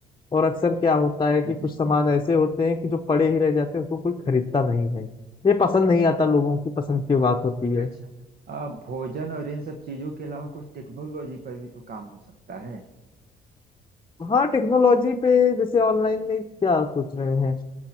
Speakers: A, on the left; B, on the right.
A: और अक्सर क्या होता है कि
B: जी
A: कुछ
B: जी
A: सामान
B: जी
A: ऐसे होते हैं कि जो पड़े ही रह जाते हैं उसको कोई खरीदता नहीं है ये पसंद नहीं आता लोगों की पसंद की बात होती है
B: अच्छा आ, भोजन और इन सब चीजों के अलावा कुछ टेक्नोलॉजी पर भी तो काम हो सकता है
A: हाँ टेक्नोलॉजी पे जैसे ऑनलाइन में क्या सोच रहे हैं